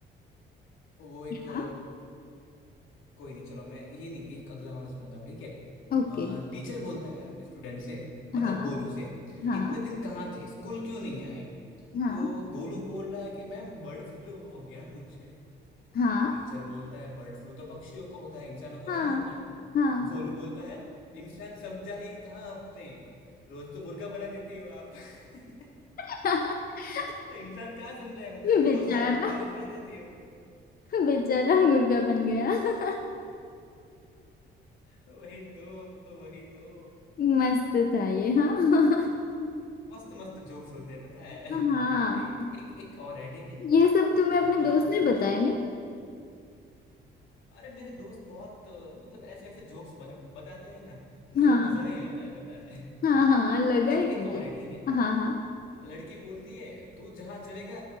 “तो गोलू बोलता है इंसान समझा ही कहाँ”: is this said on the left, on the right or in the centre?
Left